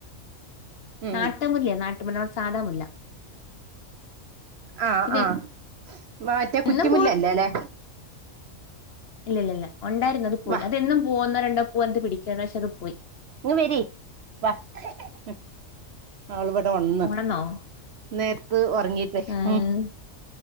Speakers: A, on the right (about 60°); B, on the left (about 55°).
A: ഉം
B: നാട്ടുമുല്ലേ നാട്ടുമുല്ല നമ്മടെ സാധാ മുല്ല
A: ആഹ്
B: പിന്നെ
A: ആഹ് വാറ്റ കുറ്റിമുല്ല
B: എന്നും
A: അല്ലലെ
B: ഇല്ല ഇല്ല ഇല്ല ഉണ്ടായിരുന്നു അത് പോയി
A: വാ
B: അതെന്നും പൂവോ ഒന്നോ രണ്ടോ പൂവ് എന്ത് പിടിക്കണ പക്ഷ അത്പോയി
A: ഇങ് വരി വ ഉം ആള് ഇവിടെ ഒൺന്ന്.
B: ഓണെന്നോ
A: നേര്ത്ത് ഉറങ്ങീട്ടേ
B: ആഹ്
A: ഉം.